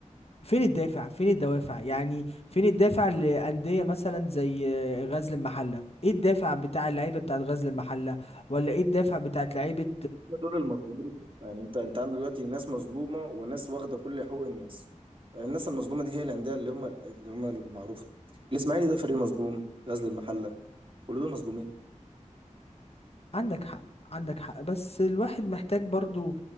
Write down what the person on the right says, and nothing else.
هم دول المظلومين يعني انت انت عندك دلوقتي ناس مظلومه وناس واخده كل حقوق الناس الناس المظلومه دي هي الانديه اللي هم اللي هم المعروفه الاسماعيلي ده فريق مظلوم غزل المحله كل دول مظلومين